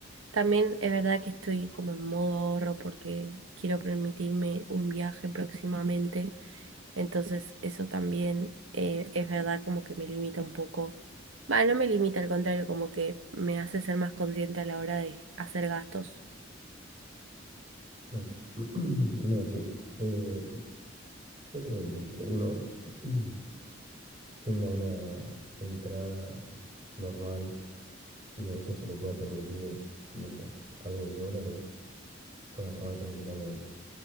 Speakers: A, on the right (about 80°); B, on the right (about 40°).
A: También es verdad que estoy como en modo ahorro porque quiero permitirme un viaje próximamente. Entonces eso también eh, es verdad como que me limita un poco. Va, no me limita, al contrario, como que me hace ser más consciente a la hora de hacer gastos.
B: Claro. <clears throat> No, sí. Eh, yo creo que con que uno <clears throat> tenga una entrada normal Y a eso se le puede permitir, no sé, algo en dólares, puede ahorrar tranquilamente.